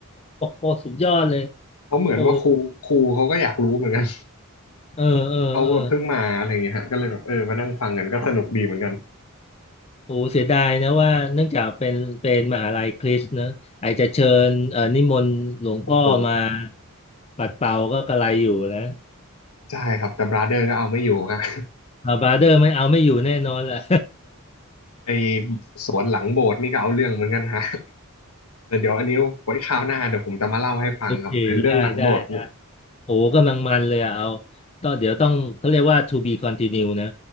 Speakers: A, on the left; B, on the left.
A: ห <laughs> สุดยอดเลย
B: เพราะเหมือนว่าครูครูเขาก็อยากรู้เหมือนกัน
A: โอ้เออเออเออ
B: <laughs> เขาแบบเพิ่งมาอะไรอย่างเงี้ยฮะก็เลยแบบเออมานั่งฟังกันก็สนุกดีเหมือนกัน
A: โอ้เสียดายนะว่าเนื่องจากเป็นเป็นมหาลัยคริสต์นะไอจะเชิญเอ่อนิมนต์หลวงพ่อมา
B: โอ้โห
A: ปัดเป่าก็กระไรอยู่นะ
B: ใช่ครับแต่บราเดอร์ก็เอาไม่อยู่ฮะ <laughs>
A: บราเดอร์ไม่เอาไม่อยู่แน่นอนแหละ
B: ไอสวนหลังโบสถ์นี่ก็เอาเรื่องเหมือนกันฮะแต่เดี๋ยวอันนี้ไว้คราวหน้าเดี๋ยวผมจะมาเล่าให้ฟังครับไอเรื่องหลังโบสถ์เนี่ย
A: <laughs> โอเคได้ได้ โอ้กำลังมันเลยอะเอาต้องเดี๋ยวต้องเขาเรียกว่า to be continue นะ